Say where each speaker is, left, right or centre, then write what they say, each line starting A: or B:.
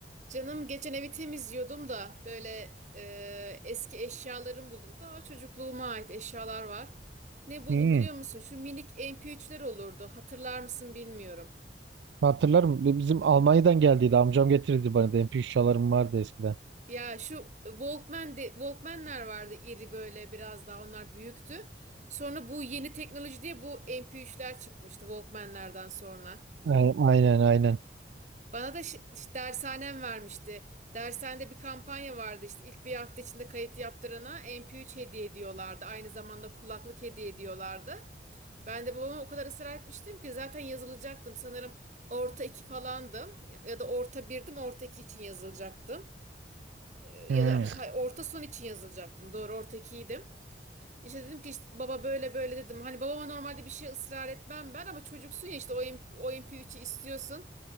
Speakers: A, on the right; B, on the right.
A: Canım geçen evi temizliyordum da böyle e, eski eşyalarımı buldum. Ta çocukluğuma ait eşyalar var. Ne buldum
B: Hmm,
A: biliyor musun? Şu minik MP3'ler olurdu. Hatırlar mısın bilmiyorum.
B: hatırlarım. Bizim Almanya'dan geldiydi. Amcam getirirdi bana da. MP3 çalarım vardı eskiden.
A: Ya şu Walkman de, Walkman'ler vardı iri böyle biraz daha onlar büyüktü. Sonra bu yeni teknoloji diye bu MP3'ler çıkmıştı Walkman'lerden sonra.
B: Ay- Aynen aynen.
A: Bana da şi- şi- dershanem vermişti. Dershanede bir kampanya vardı işte ilk bir hafta içinde kayıt yaptırana MP3 hediye ediyorlardı. Aynı zamanda kulaklık hediye ediyorlardı. Ben de babama o kadar ısrar etmiştim ki zaten yazılacaktım. Sanırım orta iki falandım ya ya da orta birdim orta iki için yazılacaktım. Ee, Ya
B: Hmm.
A: da ha- orta son için yazılacaktım. Doğru orta ikiydim. İşte dedim ki işte baba böyle böyle dedim. Hani babama normalde bir şey ısrar etmem ben ama çocuksun ya işte o, MP, o MP3'ü istiyorsun.